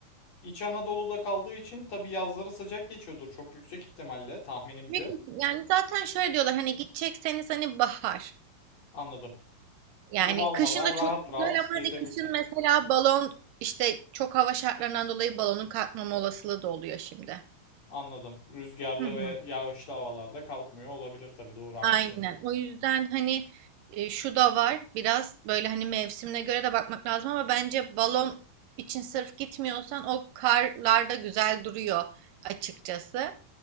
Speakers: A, on the left; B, on the right.
A: İç Anadolu'da kaldığı için tabii yazları sıcak geçiyordur çok yüksek ihtimalle tahminimce.
B: büyük ihtim- yani zaten şöyle diyorlar hani gidecekseniz hani bahar.
A: Anladım.
B: Yani
A: Bunu almadan
B: kışın da
A: rahat
B: çok güzel
A: rahat
B: ama
A: gezebileceğim.
B: hani kışın mesela balon işte çok hava şartlarından dolayı balonun kalkmama olasılığı da oluyor şimdi.
A: Anladım. Rüzgarlı
B: Hı hı.
A: ve yağışlı havalarda kalkmıyor olabilir tabii doğru haklısın.
B: Aynen. O yüzden hani e, şu da var. Biraz böyle hani mevsimine göre de bakmak lazım ama bence balon için sırf gitmiyorsan o karlarda güzel duruyor açıkçası.